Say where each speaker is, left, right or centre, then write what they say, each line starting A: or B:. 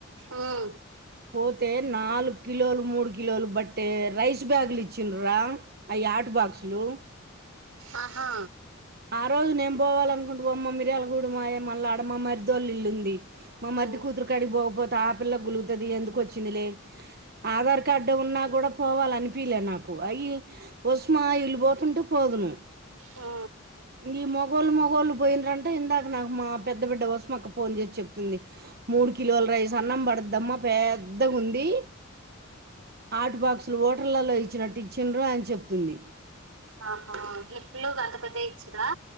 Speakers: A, on the right (about 90°); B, on the right (about 50°).
A: మ్మ్
B: పోత్ తె నాలుగు కిలోలు మూడు కిలోలు బట్టే రైస్ బ్యాగులు ఇచ్చిన్రా అయి ఆటు బాక్స్ హలో
A: ఆహా
B: ఆ రోజు నేను పోవాలనుకుంటు బ అమ్మిరియాలగూడ మాయ మళ్ళీ ఆడమ్మ మరిదొల్లిల్లుంది మా
A: మ్మ్
B: మరిది కూతురు కడిగిపోకపోతే ఆపిల్ల గులుగుతది ఎందుకు వచ్చిందిలే ఆధార్ కార్డు ఉన్నా కూడా పోవాల అనిపిలే నాకు అయి ఉస్మా ఈలు పోతుంటే పోదును
A: ఆ
B: ఈ మొగోళ్లు మొగోళ్ళు పోయిండ్రాంటా ఇందాక నాకు మా పెద్ద బిడ్డ కోసం అక్క ఫోన్ చేసి చెప్తుంది మూడు కిలోల రైస్ అన్నం పడదమ్మా పెద్దగా ఉంది ఆటు బాక్సులు ఓటర్లలో ఇచ్చినట్టు ఇచ్చిండ్రు అని చెప్తుంది
A: ఆహా గిప్ట్ లు గంతపెద్దయ్ ఇచ్చిరా